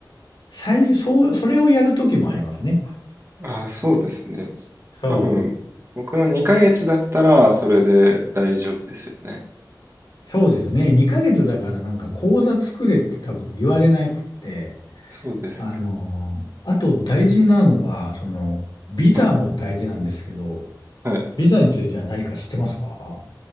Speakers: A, on the left (about 70°); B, on the right (about 35°).
A: 最、そう、それをやるときもありますね。
B: ああ、そうですね。
A: そう。
B: 多分、僕の2ヶ月だったら、それで大丈夫ですよね。
A: そうですね。2ヶ月だからなんか口座作れって多分言われなくって、
B: そうですね。
A: あのー、あと大事なのは、その、ビザも大事なんですけど、
B: はい。はい。
A: ビザについては何か知ってますか